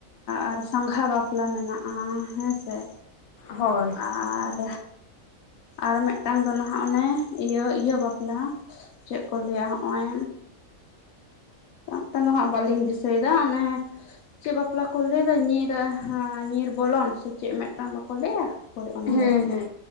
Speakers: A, on the left; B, on the left.
A: ᱟᱨ ᱥᱟᱸᱜᱷᱟ ᱵᱟᱯᱞᱟ ᱢᱮᱱᱟᱜᱼᱟ ᱦᱮᱸ ᱥᱮ
B: ᱦᱳᱭ
A: ᱟᱨ ᱟᱨ ᱢᱤᱫ ᱴᱟᱝ ᱫᱚ ᱱᱟᱦᱟᱜ ᱚᱱᱮ ᱤᱭᱟᱹ ᱤᱭᱟᱹ ᱵᱟᱯᱞᱟ ᱪᱮᱫ ᱠᱚ ᱞᱟᱹᱭᱟ ᱦᱚᱸᱜᱼᱚᱭ ᱱᱤᱛᱚᱝ ᱫᱚ ᱦᱟᱸᱜ ᱵᱟᱹᱞᱤᱧ ᱫᱤᱥᱟᱹᱭ ᱫᱟ ᱚᱱᱮ ᱪᱮᱫ ᱵᱟᱯᱞᱟ ᱠᱚ ᱞᱟᱹᱭ ᱫᱚ ᱧᱤᱨ ᱦᱟᱸ ᱧᱤᱨ ᱵᱚᱞᱚᱱ ᱥᱮ ᱪᱮᱫ ᱢᱤᱫ ᱴᱟᱝ ᱵᱟᱠᱚ ᱞᱟᱹᱭᱟ ᱦᱳᱭ ᱚᱱᱟ
B: ᱦᱮᱸ
A: ᱵᱟᱯᱞᱟ
B: ᱦᱮᱸ